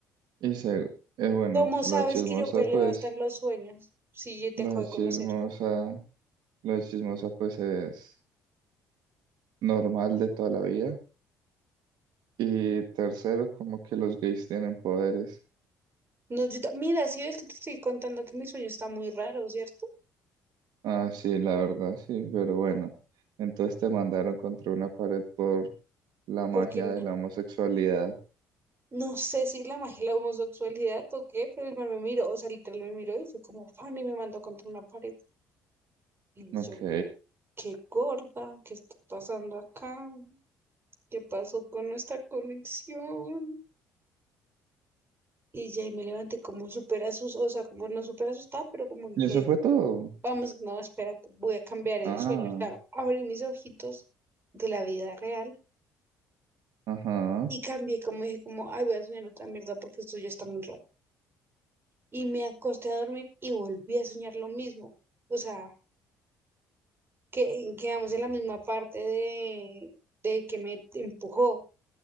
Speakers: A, on the right; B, on the right.
A: y se, eh, bueno,
B: ¿Cómo
A: lo
B: sabes
A: chismosa,
B: que yo peleo
A: pues,
B: hasta en los sueños? Si yo te
A: lo
B: acabo de
A: chismosa,
B: conocer.
A: lo chismosa, pues, es normal de toda la vida. Y tercero, como que los gays tienen poderes.
B: No, yo ta- Mira, si ves que te estoy contando que mi sueño está muy raro, ¿cierto?
A: Ah, sí, la verdad, sí, pero bueno. Entonces te mandaron contra una pared por la magia
B: Porque n-
A: de la homosexualidad.
B: no sé si la magia y la homosexualidad o qué, pero el man me miró, o sea, literal me miró y fue como fan y me mandó contra una pared. Y yo,
A: Ok.
B: qué gorda, ¿qué está pasando acá? ¿Qué pasó con nuestra conexión? Y ya y me levanté como súper asustada, o sea, como no súper asustada, pero como que
A: ¿Y
B: quedé
A: eso fue todo?
B: Vamos, no, espérate, voy a cambiar el
A: Ah,
B: sueño. O sea, abrí mis ojitos de la vida real
A: ajá,
B: y cambié, como dije, como, ay, voy a soñar otra mierda porque esto ya está muy raro. Y me acosté a dormir y volví a soñar lo mismo. O sea, que quedamos en la misma parte de, de que me empujó,